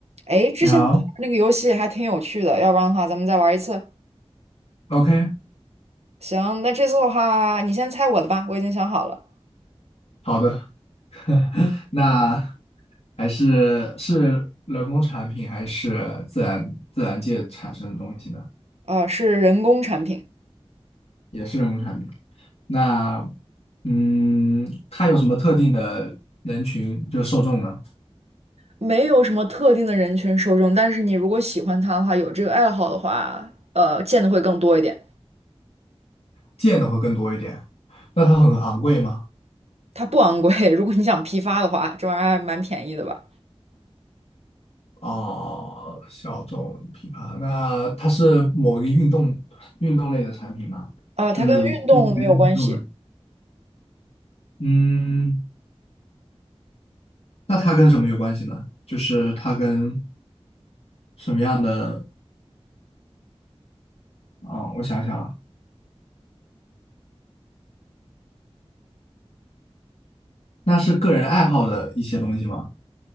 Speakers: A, on the right (about 80°); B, on the left (about 75°).
A: 哎，之前咱们玩那个游戏还挺有趣的，
B: 你好
A: 要不然的话咱们再玩一次。
B: ，OK，
A: 行，那这次的话，你先猜我的吧，我已经想好了，
B: 好的，<laughs> 那还是是人工产品还是自然自然界产生的东西呢？
A: 呃，是人工产品，
B: 也是人工产品。那嗯，它有什么特定的人群就受众呢？
A: 没有什么特定的人群受众，但是你如果喜欢它的话，有这个爱好的话，呃，见的会更多一点。
B: 见的会更多一点。那它很昂贵吗？
A: 它不昂贵，<laughs> 如果你想批发的话，这玩意儿还蛮便宜的吧？
B: 哦，小众品牌。那它是某一个运动运动类的产品吗？
A: 呃，
B: 就是运动类的运动的。
A: 它跟运动没有关系，
B: 嗯。那它跟什么有关系呢？就是它跟什么样的？嗯，我想想啊，那是个人爱好的一些东西吗？